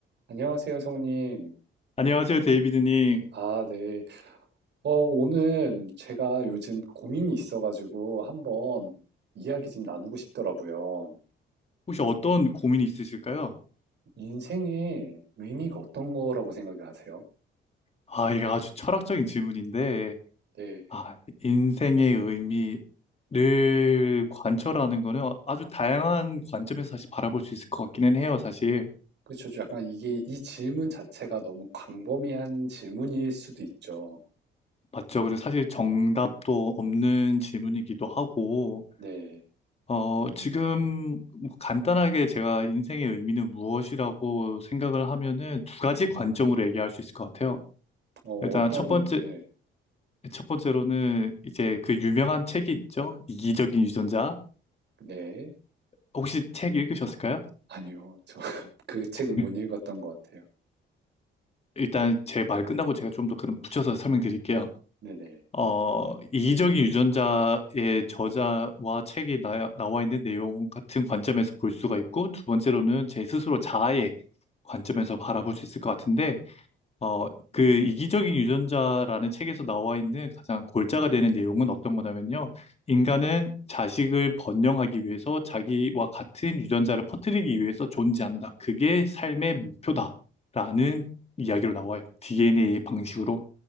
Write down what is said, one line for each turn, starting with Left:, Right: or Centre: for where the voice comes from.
Right: 안녕하세요, 성우님.
Left: 안녕하세요, 데이비드님.
Right: 아, 네. 어, 오늘 제가 요즘 고민이 있어가지고 한번 이야기 좀 나누고 싶더라고요.
Left: 혹시 어떤 고민이 있으실까요?
Right: 인생의 의미가 어떤 거라고 생각하세요?
Left: 아, 이게 아주 철학적인 질문인데,
Right: 네.
Left: 아, 인생의 의미를 관철하는 거는 아주 다양한 관점에서 사실 바라볼 수 있을 것 같기는 해요, 사실.
Right: 그렇죠. 약간 이게 이 질문 자체가 너무 광범위한 질문일 수도 있죠.
Left: 맞죠? 그리고 사실 정답도 없는 질문이기도 하고,
Right: 네.
Left: 어, 지금 뭐 간단하게 제가 인생의 의미는 무엇이라고 생각을 하면은 두 가지 관점으로 얘기할 수 있을 것 같아요.
Right: 어,
Left: 일단
Right: 어떤,
Left: 첫 번째,
Right: 네.
Left: 첫 번째로는 이제 그 유명한 책이 있죠. 이기적인 유전자.
Right: 네.
Left: 혹시 책 읽으셨을까요?
Right: 아니요. 저 그 <laughs> 책은 못
Left: 음.
Right: 읽었던 것 같아요.
Left: 일단 제 말 끝나고 제가 좀 더 그럼 붙여서 설명드릴게요.
Right: 네네.
Left: 어, 이기적인 유전자의 저자와 책에 나, 나와 있는 내용 같은 관점에서 볼 수가 있고, 두 번째로는 제 스스로 자아의 관점에서 바라볼 수 있을 것 같은데, 어, 그 이기적인 유전자라는 책에서 나와 있는 가장 골자가 되는 내용은 어떤 거냐면요. 인간은 자식을 번영하기 위해서 자기와 같은 유전자를 퍼뜨리기 위해서 존재한다. 그게 삶의 목표다. 라는 이야기로 나와요. DNA의 방식으로.